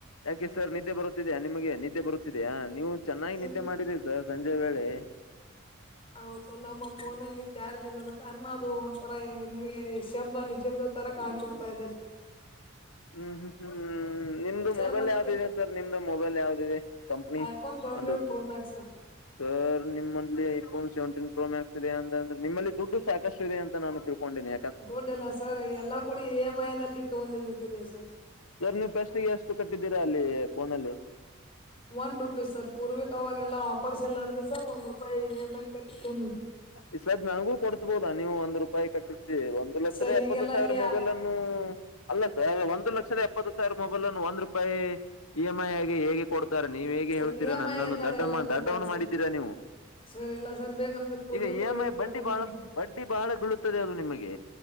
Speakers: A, on the left; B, on the left.
A: ಯಾಕೆ ಸರ್ ನಿದ್ದೆ ಬರುತ್ತಿದ್ಯಾ ನಿಮಗೆ ನಿದ್ದೆ ಬರುತ್ತಿದಯಾ ನೀವು ಚೆನ್ನಾಗಿ ನಿದ್ದೆ
B: ಇಲ್
A: ಮಾಡಿರಿ ಸರ್. ಸಂಜೆ ವೇಳೆ
B: ಹೌದು ನಮ್ಮ ಫೋನಲ್ಲಿ ಚಾರ್ಜ್ ಇಲ್ಲದಾಗ ಅನ್ನದು ಒಂಥರ ನಿಮ್ಗೆ ಶಬ್ದ ನಿಶಬ್ದ ತರ ಕಾಣ್ಕೇಳ್ತಾ ಇದೆ ಸರ್.
A: ಹ್ಮ್ ಹ್ಮ್ ಹ್ಮ್ ನಿಮ್ದು
B: ಸರ್
A: ಮೊಬೈಲ್
B: ಮತ್ತೆ
A: ಯಾವ್ದ ಇದೆ ಸರ್ ನಿಮ್ದು ಮೊಬೈಲ್ ಯಾವ್ದಿದೆ? ಕಂಪನಿ
B: ಐಫೋನ್ ಸೆವೆಂಟೀನ್
A: ಒಂದು
B: ಪ್ರೋ ಮ್ಯಾಕ್ಸ್ ಸರ್
A: ಸ ನಿಮ್ಮಲ್ಲಿ ಐಫೋನ್ ಸೆವೆಂಟೀನ್ ಪ್ರೋ ಮ್ಯಾಕ್ಸ್ ಇದೆ ಅಂತಂದ್ರೆ ನಿಮ್ಮಲ್ಲಿ ದುಡ್ಡು ಸಾಕಷ್ಟು ಇದೆ ಅಂತ ನಾನು ತಿಳ್ಕೊಂಡನಿ.
B: ತೊಂಡಿಲ್ಲ ಸರ್ ಎಲ್ಲಾ ಕೂಡ ಇ ಎಮ್ ಐ ದಲ್ಲಿ ತಗೊಂಡಿದ್ ಬಿಟ್ಟಿದೇವಿ ಸರ್.
A: ಸರ್ ನೀವು ಪೆಸ್ಟ್ಗೆ ಎಷ್ಟು ಕಟ್ಟಿದ್ದೀರಾ ಅಲ್ಲಿ ಫೋನಲ್ಲಿ?
B: ಒಂದ್ ರೂಪಾಯಿ ಸರ್ ಪೂರ್ವಿಕ್ ಅವಾಗೆಲ್ಲ ಆಫರ್ಸ್ಎಲ್ಲಾ ನೆಡದೆಲ್ಲಾ ಸರ್ ಒಂದ್ ರೂಪಾಯಿ ಇ ಎಮ್ ಐ ಕಟ್ಟಿ ತಗೊಂಡ
A: ಇಸತಿ ನನಗೂ ಕೊಡ್ಸ್ಬೋದಾ ನೀವು ಒಂದ್ ರೂಪಾಯಿ ಕಟ್ಟಿಸಿ ಒಂದು ಲಕ್ಷದ
B: ಸರ್
A: ಎಪ್ಪತ್ತು
B: ಈಗೆಲ್ಲಾ
A: ಸಾವಿರ
B: ಅಲ್ಲಿ
A: ಮೊಬೈಲ್ ಅನ್ನು ಅಲ್ಲ ಸರ್ ಒಂದು ಲಕ್ಷದ ಎಪ್ಪತ್ತು ಸಾವಿರ ಮೊಬೈಲ್ ಅನ್ನು ಒಂದ್ ರೂಪಾಯಿ ಇ ಎಮ್ ಐ ಆಗಿ ಹೇಗೆ ಕೊಡ್ತಾರೆ ನೀವು ಹೇಗೆ
B: ಸರ್
A: ಹೇಳ್ತೀರಾ
B: ಇ ಎಂ
A: ನಾನನ್ನು
B: ಐ ಎಲ್ಲ
A: ದಡ್ಡ-
B: ಎಲ್ಲಾ ಕೊಡ್ತಾರೆ
A: ದಡ್ಡವನ್ನು
B: ಸರ್
A: ಮಾಡಿದ್ದೀರಾ ನೀವು.
B: ಸರ್ ಇಲ್ಲ ಸರ್ ಬೇಕಂದ್ರೆ ಪೂರ್ವಿಕ್
A: ಈಗ ಇ
B: ಅವ್ರಿಗೆ
A: ಎಮ್ ಐ
B: ಕೇಳ್ಕೊಂಡ್
A: ಬಡ್ಡಿ ಬಹಳ
B: ಬನ್ನಿ
A: ಬಡ್ಡಿ ಬಹಳ ಬೀಳುತ್ತದೆ ಅದು ನಿಮಗೆ.